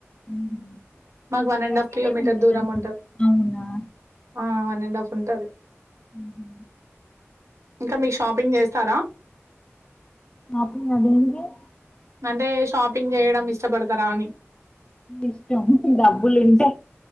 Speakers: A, on the left; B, on the right.
A: ఉహు
B: మాకు వన్ అండ్
A: దగ్గరే
B: హాఫ్ కిలోమీటర్
A: ఉంటదా
B: దూరం ఉంటది
A: అవునా
B: ఆ వన్ అండ్ హాఫ్ ఉంటది
A: మ్ హు
B: ఇంకా మీ షాపింగ్ చేస్తారా
A: అప్పుడ <unintelligible>
B: అంటే షాపింగ్ చేయడం ఇష్టపడతారా అని
A: ఇష్టం డబ్బులుంటే
B: హ్మ్.